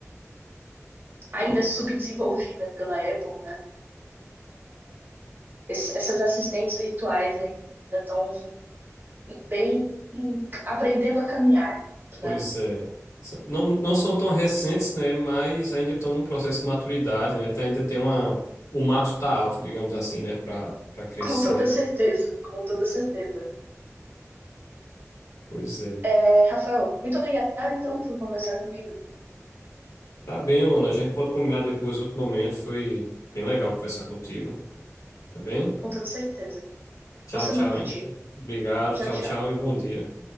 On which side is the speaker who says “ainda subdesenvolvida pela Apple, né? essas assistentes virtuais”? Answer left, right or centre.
Right